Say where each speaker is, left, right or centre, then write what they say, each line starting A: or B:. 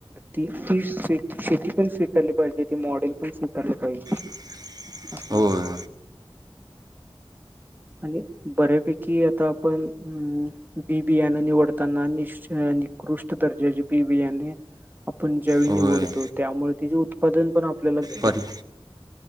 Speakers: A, on the right; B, on the right.
A: ती शेती पण स्वीकारली पाहिजे. ते मॉडेल पण स्वीकारारले.
B: <inaudible>
A: हा <unintelligible>
B: होय
A: म म आणि बऱ्यापैकी आता आपण. बीबीयाने निवडताना निकृष्ट दर्जाचे बीबियाने. आपण ज्यावेळी
B: होय
A: निवडतो त्यामुळे त्याचं उत्प''--'' पदन पण आपल्याला भेटत
B: परी
A: नाही